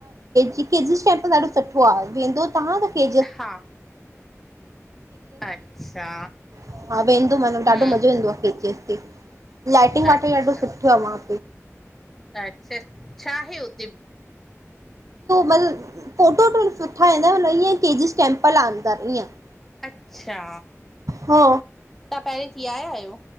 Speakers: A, on the right (about 80°); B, in the centre.
A: जी तेम्पल ॾाढो सुठो आहे वेंदो तव्हां त। के
B: हा अच्छा
A: हा वेंदो मतलबु
B: हम्म
A: ॾाढो मज़ो ईंदो आहे जी एस लाइटिंग वाटि
B: अच्छा
A: ॾाढो सुठो आहे मां
B: अच्छा छा आहे उते?
A: मत फोटो। सुठा ईंदा मतु ईकेजिस टेंमपल आ अंदर ईअं।
B: अच्छा
A: हो
B: तव्हां पहिरीं थी आया आहियो?